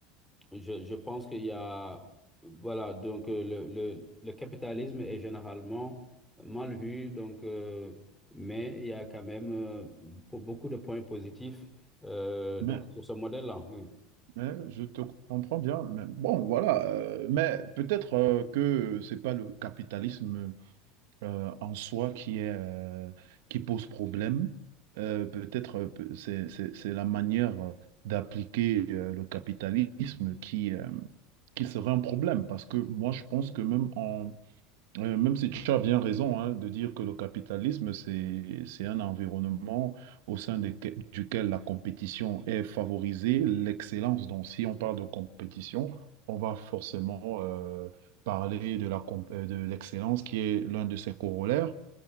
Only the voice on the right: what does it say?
Mais,
mais je te comprends bien. Mais bon, voilà. euh, mais peut-être euh, que c'est pas le capitalisme euh, en soi qui est, euh, qui pose problème. Euh, peut-être euh, pe- c'est, c'est, c'est la manière euh, d'appliquer euh, le capitalisme qui, euh, qui serait un problème parce que moi je pense que même en, euh, Même si tu as bien raison hein, de dire que le capitalisme, c'est, c'est un environnement au sein desque- duquel la compétition est favorisée, l'excellence. Donc, si on parle de compétition, on va forcément euh, parler de la, comp- euh, de l'excellence qui est l'un de ses corollaires.